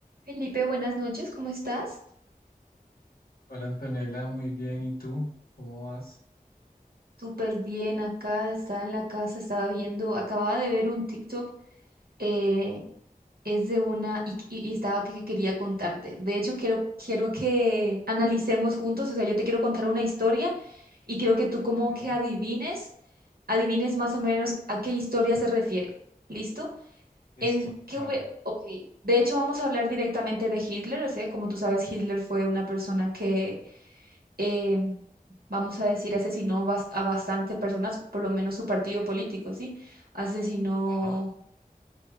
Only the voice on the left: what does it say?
Hola Antonella, muy bien. ¿Y tú? ¿Cómo vas?
Sí,
listo,
dale.
Ajá,